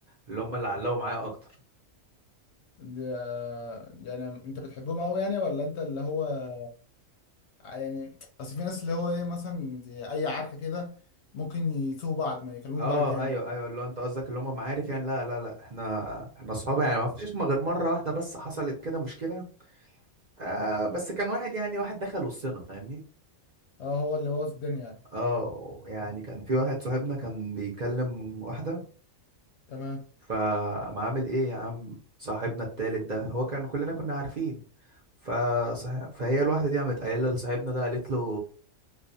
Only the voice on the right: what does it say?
اللي هم اللي علقوا معايا اكتر
اه
ايوه ايوه اللي هو انت قصدك اللي هم معارف يعني لا لا لا احنا احنا اصحاب يعني ما فيش ما غير مره واحده بس حصلت كده مشكله آه بس كان واحد يعني واحد دخل وسطنا فاهمني
اه يعني كان في واحد صاحبنا كان بيكلم واحده
فقام عامل ايه يا عم صاحبنا التالت ده هو كان كلنا كنا عارفين فصح... فهي الواحدة دي قامت قايلة لصاحبنا ده قالت له